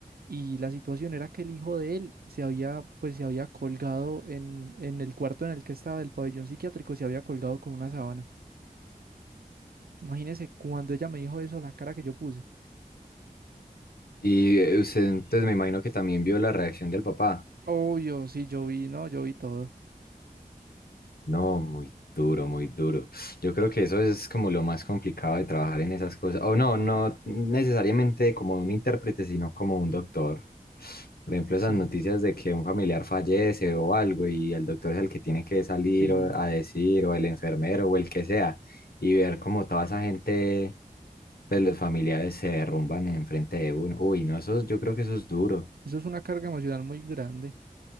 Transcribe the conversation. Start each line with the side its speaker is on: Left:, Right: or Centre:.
Right: Y la situación era que el hijo de él se había, pues se había colgado en, en el cuarto en el que estaba del pabellón psiquiátrico, se había colgado con una sábana. Imagínese cuando ella me dijo eso, la cara que yo puse.
Left: Y eh, usted, entonces me imagino que también vio la reacción del papá.
Right: Obvio, sí, yo vi, no, yo vi todo.
Left: No, muy duro, muy duro. Yo creo que eso es como lo más complicado de trabajar en esas cosas. O no, no necesariamente como un intérprete, sino como un doctor. Por ejemplo,
Right: Sí,
Left: esas noticias de que un familiar fallece o algo y el doctor es el que tiene que salir
Right: sí,
Left: o- a decir, o el enfermero o el que sea, y ver como toda esa gente, pues los familiares se derrumban enfrente de uno. Uy, no, eso, es- yo creo que eso es duro.
Right: eso es una carga emocional muy grande.